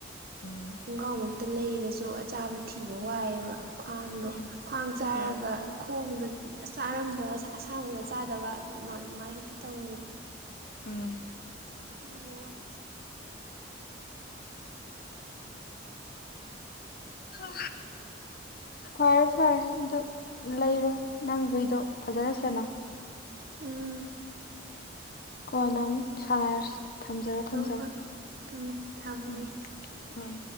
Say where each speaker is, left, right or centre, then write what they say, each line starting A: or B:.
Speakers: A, on the left (about 50°); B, on the right (about 50°).
A: ꯎꯝ
B: ꯈꯣꯡꯒ꯭ꯔꯥꯎꯃꯨꯛꯇ ꯂꯩꯔꯁꯨ ꯑꯆꯥꯕ ꯊꯤꯕ ꯋꯥꯏꯑꯦꯕ ꯈ꯭ꯋꯥꯡꯗꯣ
A: ꯎꯝ
B: ꯈ꯭ꯋꯥꯡ ꯆꯥꯔꯒ
A: ꯎꯝ
B: ꯈꯣꯡꯗ ꯆꯥꯔꯝꯗꯕ ꯑꯁꯥꯡꯕꯗ꯫ ꯆꯥꯗꯕ ꯑꯗꯨ ꯑꯗꯨꯃꯥꯏꯅ ꯍꯦꯛꯇ ꯇꯧꯋꯦꯕ꯫
A: ꯎꯝ
B: ꯊꯕꯏ
A: ꯍ ꯐꯔꯦ ꯐꯔꯦ ꯑꯗꯨ ꯂꯩꯔꯣ ꯅꯪ ꯍꯨꯏꯗꯣ ꯐꯖꯅ ꯁꯦꯟꯅꯣ
B: ꯑꯥ
A: ꯀꯣ ꯅꯪ ꯁꯥꯟꯅꯔꯁꯤ ꯊꯝꯖꯔꯣ ꯊꯝꯖꯔꯣ
B: ꯍꯣꯏ ꯍꯣꯏ ꯎꯝ ꯊꯝꯃꯒꯦ
A: ꯎꯝ ꯎꯝ꯫